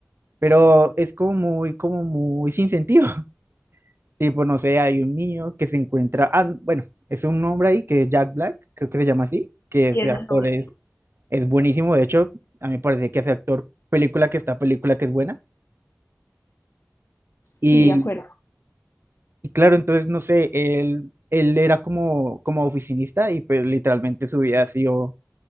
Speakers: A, on the right; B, on the left.
A: pero es como muy, como muy sin sentido. <laughs> Tipo, no sé, hay un niño que se encuentra, ah, bueno, es un hombre ahí que es Jack Black, creo que se llama así, que
B: Sí,
A: ese
B: eso
A: actor
B: lo vi.
A: es, es buenísimo, de hecho, a mí me parece que ese actor, película que está, película que es buena, y,
B: Sí, de acuerdo.
A: y claro, entonces, no sé, él, él era como, como oficinista y pues literalmente su vida ha sido